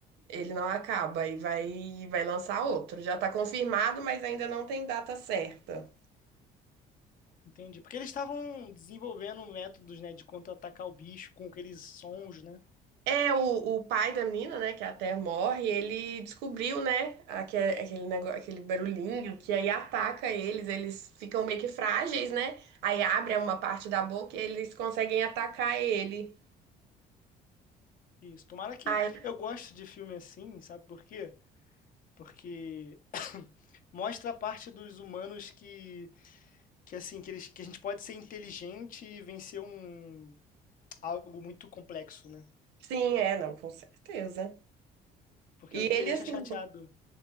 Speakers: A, on the right; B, on the left.
A: Ele não acaba e vai, vai lançar outro. Já tá confirmado, mas ainda não tem data certa.
B: Entendi. Porque eles estavam desenvolvendo métodos, né, de contra-atacar o bicho com aqueles sons, né?
A: É, o, o pai da menina, né, que até morre, ele descobriu, né, aque- aquele, negócio, aquele barulhinho que aí ataca eles, eles ficam meio que frágeis, né? Aí abre uma parte da boca e eles conseguem atacar ele.
B: Isso. Tomara que.
A: Aí,
B: Eu gosto de filme assim, sabe por quê? Porque <coughs> mostra a parte dos humanos que, que assim, que, eles, que a gente pode ser inteligente e vencer um, algo muito complexo, né?
A: sim, é, não, com certeza.
B: Porque
A: E
B: o que
A: ele,
B: me deixa
A: assim,
B: chateado.